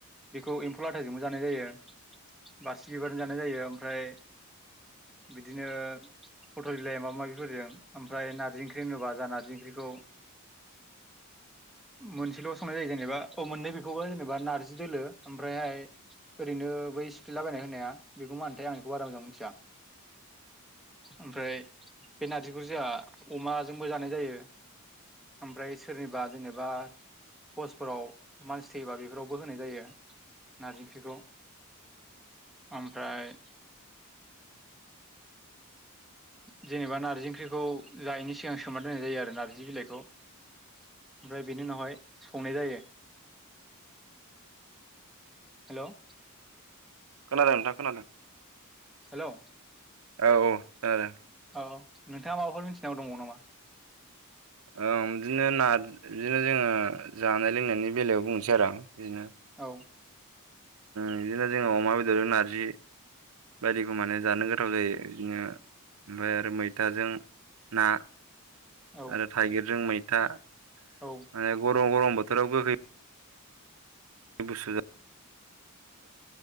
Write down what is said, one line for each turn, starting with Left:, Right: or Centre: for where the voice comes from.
Centre: बेखौ एम्फौ लाथाजोंबो जानाय जायो बारसि बिबारजों जानाय जायो ओमफ्राय बिदिनो पटल बिलाइ माबा माबिफोरजों ओमफ्राय नारजि ओंख्रि होनोबा जा नारजि ओंख्रिखौ औ मोनसेल' संनाय जायो जेनेबा औ मोननै बेखौबा जेनेबा नारजि दोलो ओमफ्रायहाय ओरैनो बै स्क्रिलाबायनाय होनाया बेखौ मा होनथाय आं बेखौ बारा मोजां मिथिया ओमफ्राय बे नारजिखौ जोंहा अमाजोंबो जानाय जायो ओमफ्राय सोरनिबा जेनेबा पस्टफोराव मानसि थैयोबा बेफोरावबो होनाय जायो नारजि ओंख्रिखौ ओमफ्राय जेनेबा नार्जि ओंख्रिखौ जायैनि सिगां सोमा दोननाय जायो आरो नार्जि बिलाइखौ ओमफ्राय बेनि उनावहाय संनाय जायो हेल'
Right: खोनादों नोंथाङा खोनादों
Centre: हेल'
Right: औ औ जादों
Centre: औ नोंथाङा माबाफोर मिथिनांगौ दङ नामा
Right: ओं बिदिनो नारजि बिदिनो जोङो जानाय लोंनायनि बेलायाव बुंनोसै आरो आं बिदिनो
Centre: औ
Right: बिदिनो जोङो अमा बेदर नारजि बायदिखौ माने जानो गोथाव जायो बिदिनो ओमफ्राय आरो मैथाजों ना
Centre: औ
Right: आरो थाइगिरजों मैथा माने
Centre: औ
Right: गरम गरम बोथोराव गोखै बे गुसु दा